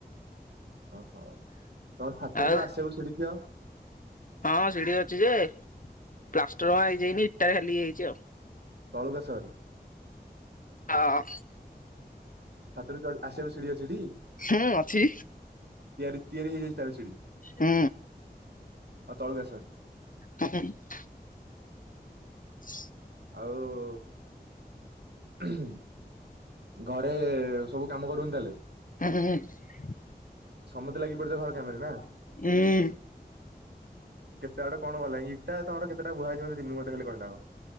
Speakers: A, on the right; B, on the left.
A: ଓ ହଉ। ତମ ଛାତରୁ
B: ଆଉ
A: ଆସିବାକୁ ସିଡ଼ି ଥିବ?
B: ହଁ, ସିଡି ଅଛି ଯେ ପ୍ଲାଷ୍ଟର ହେଇଯାଇନି ଇଟା ଖାଲି ହେଇଛି ଆଉ।
A: ତଳକୁ ଆସ ବାହାରି।
B: ହଁ।
A: ଛାତରୁ ଚଢ୍ ଆସିବାକୁ ସିଡି ଅଛି ଟି?
B: ହୁଁ ଅଛି।
A: ତିଆରି ତିଆରି ହେଇଯାଇଛି ତା ହେଲେ ସିଡ଼ି?
B: ହୁଁ।
A: ଅ ତଳକୁ ଆସ ବାହାରି।
B: ହଁ ହୁଁ ହୁଁ। ହ
A: ଆଉ ହୁଁ। ଘରେ ସବୁ କାମ କରୁଛନ୍ତି ତାହେଲେ।
B: ହୁଁ ହୁଁ ହୁଁ।
A: ସମସ୍ତେ ଲାଗି ପଡିଥିବେ ଘର କାମରେ ନା।
B: ହୁଁ।
A: କେତେ ଆଡେ କଣ ଗଲାଣି ଇଟା ତମର କେତେଟା ବୁହା ହେଇଛିି ମୋତେ ଦିନକୁ ମୋତେ ଖାଲି କହିଲ ଆଗ?